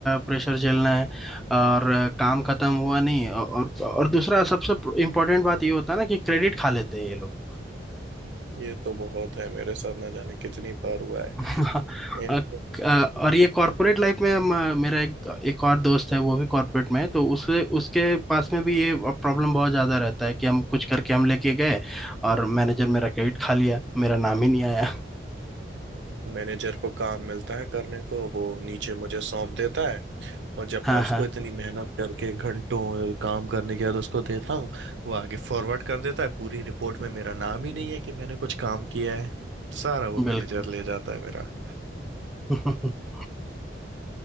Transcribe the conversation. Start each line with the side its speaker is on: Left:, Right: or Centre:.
Centre: प्रेशर झेलना है और अ, काम खत्म हुआ नहीं और और दूसरा सबसे इम्पोर्टेंट बात ये होता है ना कि क्रेडिट खा लेते हैं ये लोग
Right: ये तो बहुत है मेरे साथ ना जाने कितनी बार हुआ
Centre: <laughs> हाँ,
Right: है इन
Centre: अ- अ- और ये कॉर्पोरेट लाइफ में हम अ, मेरा एक एक और दोस्त है वो भी कॉर्पोरेट में है तो उसके उसके पास में भी ये प्रॉब्लम बहुत ज़्यादा रहता है कि हम कुछ करके हम लेके गए और मैनेजर मेरा क्रेडिट खा लिया मेरा नाम ही नहीं आया <laughs>
Right: मैनेजर को काम मिलता है करने को वो नीचे मुझे सौंप देता है और जब
Centre: हाँ
Right: मैं उसको
Centre: हाँ
Right: इतनी मेहनत करके घंटों काम करने के बाद उसको देता हूँ वो आगे फॉरवर्ड कर देता है पूरी रिपोर्ट में मेरा नाम ही नहीं है कि मैंने कुछ काम किया है सारा वो मैनेजर
Centre: बिल्कुल
Right: ले जाता है मेरा
Centre: <laughs>